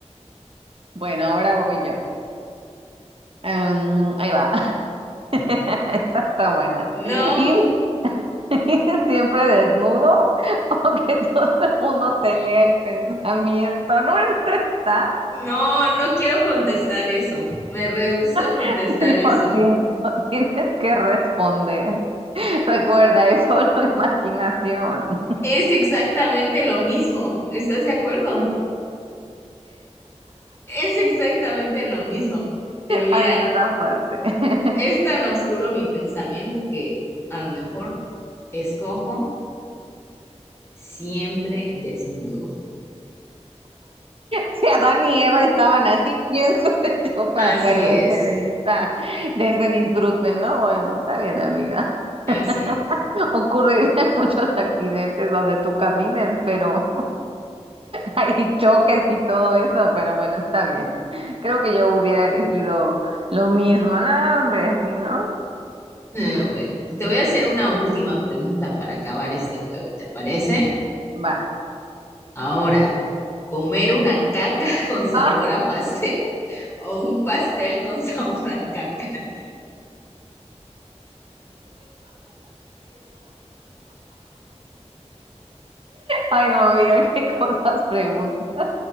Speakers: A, on the right (about 50°); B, on the left (about 20°).
A: Bueno, ahora voy yo. Em, ahí va. <laughs> Esta está buena.
B: No,
A: Ir <laughs> siempre desnudo o que todo el mundo te lea el pensamiento. No, esta está.
B: no, no quiero contestar eso. Me rehúso a contestar
A: <laughs> Lo
B: eso.
A: siento, tienes que responder. Recuerda, es solo <laughs> imaginación.
B: Es exactamente lo mismo. ¿Estás de acuerdo? Es exactamente lo mismo. Pero mira,
A: Ay, no está fuerte. <laughs>
B: es tan oscuro mi pensamiento que a lo mejor escojo siempre desnudo.
A: Si Adán y Eva estaban así, ¿quién soy <laughs> yo
B: Así
A: para perderme
B: es.
A: de esta, de ese disfrute, no? Bueno, está bien, amiga.
B: Así es.
A: <laughs> Ocurrirían muchos accidentes donde tú camines, pero Hay choques y todo eso, pero bueno, está bien. Creo que yo hubiera elegido lo mismo. No, hombre, si no,
B: Eh, bueno, te voy a hacer una última pregunta para acabar este juego, ¿te parece?
A: va.
B: Ahora, ¿comer una caca <laughs> con sabor
A: asqueroso.
B: a pastel o un pastel con <laughs> sabor a caca?
A: Ay, no, amiga, <laughs> qué cosas preguntas.